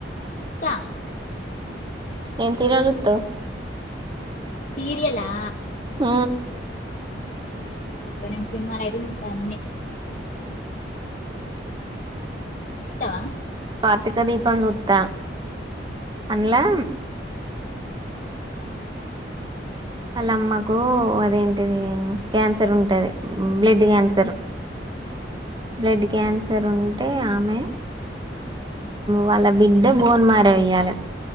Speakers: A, on the left; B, on the right.
A: కుస్త
B: ఏంత తీర గుట్
A: సీరియలా
B: ఆ
A: ఓ సీరియల్ కూడాక్కండి సినిమాాలతే తన్నన్ని వెళ్తవా
B: కదిీపం గుత అనలా
A: ఆ అలా
B: వాళ్ళమ్మకు అదేంటిది క్యాన్సర్ ఉంటది బ్లడ్ క్యాన్సర్
A: అయ్యో ఆ
B: బ్లడ్ క్యాన్సర్ ఉంటే ఆమె
A: ఆ
B: వాళ్ళ బిడ్ బోన్ మర వయ్యాలి